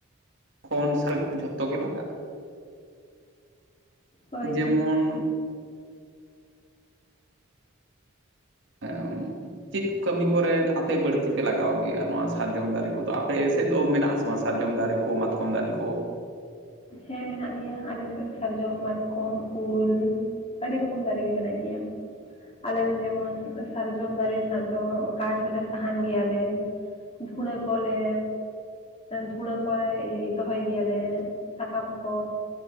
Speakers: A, on the right (about 55°); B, on the left (about 25°).
A: ᱠᱷᱚᱱ <unintelligible> ᱡᱷᱚᱛᱚ ᱜᱮ ᱞᱟᱜᱟᱜᱼᱟ᱾
B: ᱦᱳᱭ
A: ᱡᱮᱢᱚᱱ <unintelligible> ᱪᱮᱫ ᱠᱟᱹᱢᱤ ᱠᱚᱨᱮ, ᱟᱯᱮ ᱵᱟᱹᱲᱛᱤ ᱯᱮ ᱞᱟᱜᱟᱣ ᱜᱮᱭᱟ᱾ ᱱᱚᱣᱟ ᱥᱟᱨᱡᱚᱢ ᱫᱟᱨᱮ ᱠᱚᱼᱫᱚ ᱟᱯᱮ ᱥᱮᱫ ᱫᱚ ᱢᱮᱱᱟᱜ? ᱥᱚᱣᱟ ᱥᱟᱨᱡᱚᱢ ᱫᱟᱨᱮ ᱠᱚ ᱢᱟᱛᱠᱚᱢ ᱫᱟᱨᱮ ᱠᱚ᱾
B: ᱦᱮᱸ ᱢᱮᱱᱟᱜ ᱜᱮᱭᱟ᱾ ᱟᱞᱮ ᱥᱮᱫ ᱦᱚᱸ ᱥᱟᱨᱡᱚᱢ, ᱢᱟᱛᱠᱚᱢ, ᱩᱞ ᱟᱹᱰᱤ ᱨᱚᱠᱚᱢ ᱫᱟᱨᱮ ᱜᱮ ᱢᱮᱱᱟᱜ ᱜᱮᱭᱟ ᱾ ᱟᱞᱮ ᱫᱚ ᱡᱮᱢᱚᱱ ᱥᱟᱨᱡᱚᱢ ᱫᱟᱨᱮ ᱨᱮᱱᱟᱜ ᱫᱚ, ᱠᱟᱴᱸ ᱦᱚᱸᱞᱮ ᱥᱟᱦᱟᱱ ᱜᱮᱭᱟᱞᱮ ᱾ ᱫᱷᱽᱩᱲᱟᱹ ᱠᱚᱞᱮ ᱫᱷᱽᱩᱲᱟᱹ ᱠᱚᱞᱮ ᱤᱭᱟᱹ ᱫᱚᱦᱚᱭ ᱜᱮᱭᱟᱞᱮ ᱾ ᱥᱟᱠᱟᱢ ᱠᱚ